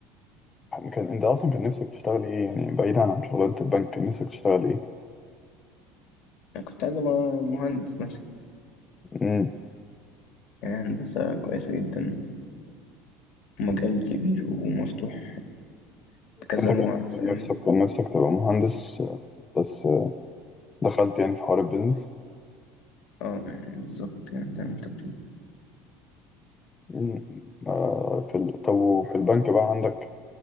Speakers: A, on the left (about 25°); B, on the left (about 65°).
A: كان انت اصلا كان نفسك تشتغل ايه يعني بعيدا عن شغلانه البنك كان نفسك تشتغل ايه
B: انا كنت عايز ابقى مهندس مثلا
A: مم.
B: يعني هندسة كويسة جدا مجال كبير ومفتوح بكذا
A: انت
B: نوع
A: كان
B: فاهمني
A: نفسك كان نفسك تبقى مهندس آه، بس آه، دخلت يعني في حوار البيزنس
B: اه يعني بالظبط يعني زي ما انت بتقول
A: مم. آه، في ال... طب وفي البنك بقى عندك